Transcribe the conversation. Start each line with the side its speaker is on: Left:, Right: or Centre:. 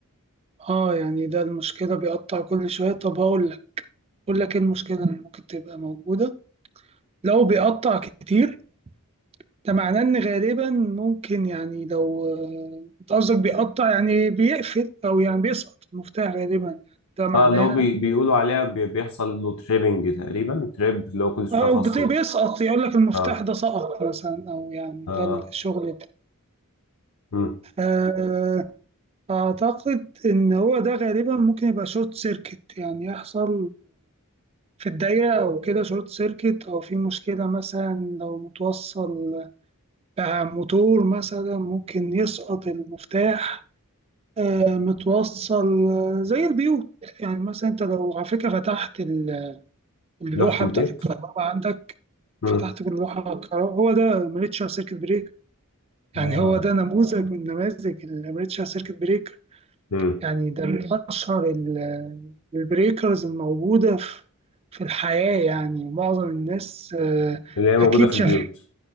Right: اه يعني ده المشكله بيقطع كل شويه طب هقول لك بقول لك ايه المشكلة اللي ممكن تبقى موجودة لو بيقطع كتير ده معناه ان غالبا ممكن يعني لو آه، انت قصدك بيقطع يعني بيقفل او يعني بيسقط المفتاح غالبا يعني، ده معناها
Left: اه اللي هو بي بيقولوا عليها بي بيحصل له تريبنج تقريبا تريب اللي هو كل شويه
Right: او
Left: فصل
Right: بت- بيسقط
Left: يعني
Right: يقول لك المفتاح
Left: اه
Right: ده سقط مثلا او يعني
Left: اه
Right: ده الشغل ده
Left: مم.
Right: آه، اعتقد ان هو ده غالبا ممكن يبقى شورت سيركت يعني يحصل في الدايرة او كده شورت سيركت او في مشكلة مثلا لو متوصل بقى موتور مثلا ممكن يسقط المفتاح آه، متوصل آه، زي البيوت يعني مثلا انت لو على فكره فتحت ال- اللوحه
Left: لوحة البيت
Right: بتاعت الكهرباء عندك
Left: مم.
Right: فتحت اللوحه الكهرباء هو ده امريتشر سيركت بريك
Left: اه
Right: يعني هو ده نموذج من نماذج الامريتشر سيركت بريك
Left: مم.
Right: يعني ده من اشهر ال- البريكرز الموجوده في في الحياه يعني معظم الناس آه،
Left: اللي هي موجودة
Right: اكيد
Left: في
Right: شافها
Left: البيوت